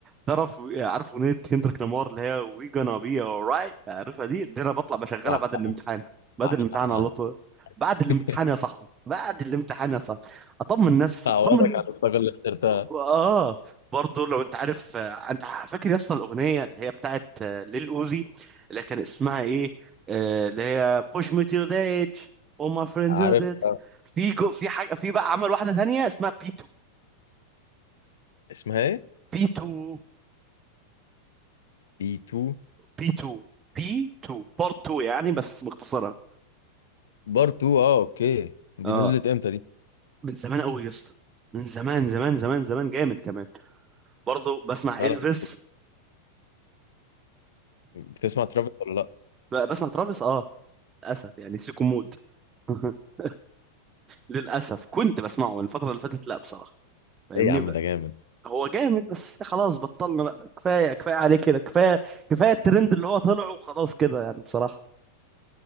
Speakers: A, on the right (about 25°); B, on the left (about 65°).
A: تعرف عارف اغنيه كندريك لامار اللي هي وي gonna be alright عارفها دي دي انا بطلع بشغلها
B: طبعا
A: بعد الامتحان بعد
B: بعشقها
A: الامتحان على طول بعد الامتحان
B: <laughs>
A: يا صاحبي بعد الامتحان يا صاحبي اطمن نفسي
B: تعوضك
A: اطمن
B: عن الطاقة اللي خسرتها
A: اه برضه لو انت عارف آه، انت فاكر يا اسطى الاغنيه اللي هي بتاعت آه، ليل اوزي اللي كان اسمها ايه آه، اللي هي push me to the edge all my friends
B: عارف
A: are dead
B: آه،
A: في جو في حاجه في بقى عمل واحده تانية اسمها بي 2
B: اسمها ايه
A: بي 2
B: بي 2
A: بي 2 بي 2 بارت 2 يعني بس مختصرها
B: بار 2 اه اوكي دي
A: اه
B: نزلت امتى دي
A: من زمان قوي يا اسطى من زمان زمان زمان زمان جامد كمان برضه بسمع
B: لا
A: الفيس
B: لا بتسمع ترافيس ولا لا
A: ب- بسمع ترافيس اه للاسف يعني سيكو مود <laughs> للاسف كنت بسمعه من الفتره اللي فاتت لا بصراحه
B: <laughs>
A: فاهمني
B: ايه يا عم
A: بقى
B: ده جامد
A: هو جامد بس خلاص بطلنا بقى كفايه كفايه عليه كده كفايه كفايه الترند اللي هو طلعه وخلاص كده يعني بصراحه